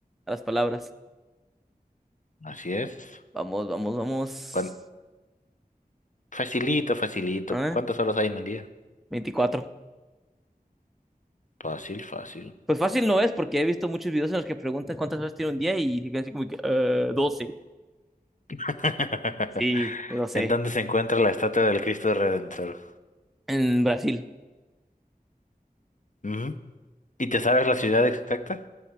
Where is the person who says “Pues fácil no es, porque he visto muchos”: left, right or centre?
Centre